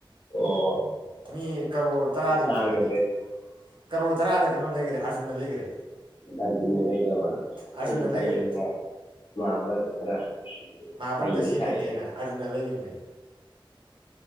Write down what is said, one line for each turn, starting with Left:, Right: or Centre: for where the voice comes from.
Left: ꯑꯣ
Right: ꯃꯤ ꯀꯔꯣꯔ ꯇꯔꯥꯗ
Left: ꯇꯥꯡꯅ
Right: ꯌꯣꯟꯈꯔꯦ꯫ ꯀꯔꯣ ꯇꯔꯥꯗ ꯀꯩꯅꯣ ꯂꯩꯈꯔꯦ ꯑꯥꯔꯖꯨꯟꯅ ꯂꯩꯈꯔꯦ
Left: ꯑꯖꯨꯟꯅ ꯂꯩꯈꯔꯕ
Right: ꯑꯥꯔꯖꯨꯟꯅ
Left: ꯑꯩ ꯈꯜꯂꯤꯕ
Right: ꯂꯩꯈꯔꯦ
Left: ꯃꯥꯍꯥ ꯚꯔꯥꯠꯇ ꯈꯔ
Right: ꯃꯍꯥꯚꯥꯔꯠꯇ
Left: ꯍꯩꯕ
Right: ꯁꯤꯖꯤꯟꯅꯒꯦꯅ
Left: ꯁꯥꯏꯌꯦꯅ
Right: ꯑꯔꯖꯨꯟꯅ ꯂꯩꯈꯤꯕꯅꯦ